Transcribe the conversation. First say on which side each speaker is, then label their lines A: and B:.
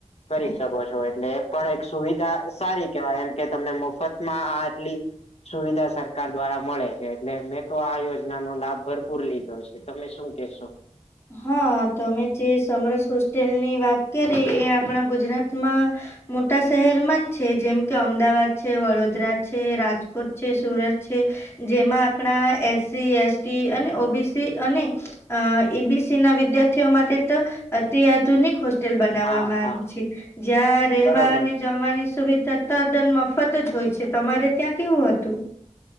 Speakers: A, on the left; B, on the left.
A: કરી શકો છો, એટલે પણ એક સુવિધા સારી કેવાય, એમ કે તમને મફતમાં આ આટલી સુવિધા સરકાર દ્વારા મળે છે, એટલે મેં તો આ યોજના નો લાભ ભરપૂર લીધું. તમે શું કેશો?
B: હા, તમે જે સમરસ હોસ્ટેલની વાત કરી એ, આપણા ગુજરાતમાં મોટા શહેરમાં જ છે, જેમ કે અમદાવાદ છે, વડોદરા છે, રાજકોટ છે, સુરત છે. જેમાં આપણા એસસી, એસટી અને ઓબીસી અને એબીસી ના વિદ્યાર્થીઓ માટે તો, અતિ આધુનિક હો. હોલ બનાવવામાં
A: હા
B: આવી
A: હા
B: છે, જ્યાં રહેવા
A: બરોબર
B: અને જમવાની સુવિધા તત્તાદન મફત જ હોય છે, તમારે ત્યાં કેવું હતું.